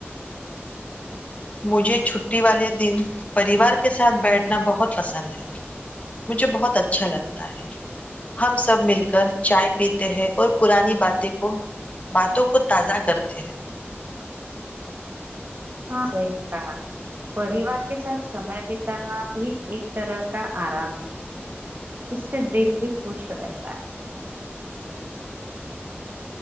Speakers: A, on the left; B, on the right.
A: مجھے چھٹی والے دن پریوار کے ساتھ بیٹھنا بہت پسند ہے مجھے بہت اچھا لگتا ہے ہم سب مل کر چائے پیتے ہیں اور پرانی باتیں کو باتوں کو تازہ کرتے ہیں <unintelligible>
B: ہاں صحیح کہا پریوار کے ساتھ سمے بتانا بھی ایک طرح کا آرام نہیں ہے اس سے دل بھی خوش رہتا ہے <unintelligible>